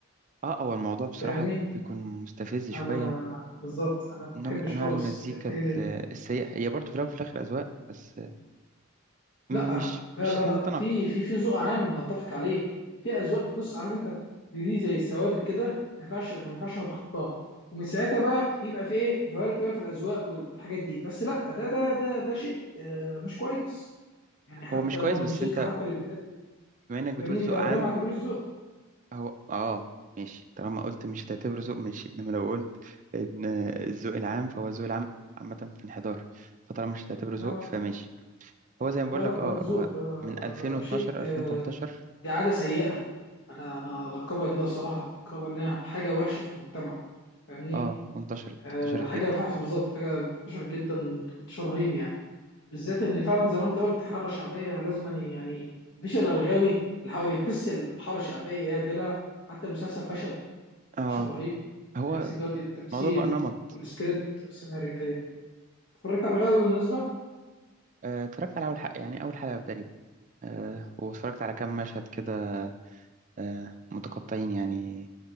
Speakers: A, on the right; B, on the left.
A: اه هو الموضوع بصراحه
B: فاهمني
A: بيكون مستفز شويه
B: انا بالظبط انا ما
A: نوع
B: بحبش
A: من انواع
B: خالص
A: المزيكا
B: الحاجه
A: ال-
B: دي
A: السيئه هي برضه في الاول وفي الاخر اذواق بس
B: لا
A: مش
B: لا
A: مش
B: لا لا
A: هنتناقض
B: في في في ذوق عام نتفق عليه في اذواق بص عارف انت دي زي ثوابت كده ما ينفعش ما ينفعش نتخطاها ومن ساعتها بقى بيبقى في ايه فاريتي بقى في الاذواق وال- والحاجات دي بس لا ده ده ده ده شيء آه، مش كويس يعني حتى
A: هو مش كويس
B: نوع الموسيقى
A: بس انت
B: حتى اللي بيتقدم
A: بما انك بتقول
B: فاهمني
A: ذوق
B: فده
A: عام
B: ما اعتبرش ذوق
A: هو اه ماشي طالما قلت مش هتعتبره ذوق ماشي انما لو قلت ان الذوق العام فهو الذوق العام عامة في انحدار فطالما مش هتعتبره ذوق
B: لا لا
A: فماشي هو زي ما
B: لا
A: بقول
B: لا
A: لك
B: لا ده
A: اه
B: مش ذوق
A: هو
B: ده
A: من
B: ده
A: 2012
B: ده شيء آه،
A: 2013
B: دي عاده سيئه انا انا القبها كده الصراحه القبها اللي هي حاجه وحشه في المجتمع فاهمني
A: اه وانتشرت
B: آه،
A: انتشرت
B: حاجه
A: جدا
B: فحش بالظبط حاجه انتشر جدا انتشار رهيب يعني بالذات ان فعلا زي ما انت قلت حاره شعبيه لازم أن- يعني مفيش الا الغاوي اللي حاول يمثل الحاره الشعبيه يا دلع حتى المسلسل فشل
A: اه
B: فشل رهيب
A: هو
B: من حيث جوده التمثيل
A: الموضوع بقى نمط
B: والسكريبت والسيناريو أيوة. اتفرجت على الغاوي بالنسبه
A: آه، اتفرجت على اول حلقة يعني اول حلقة تقريبا آه واتفرجت على كام مشهد كده آه متقطعين يعني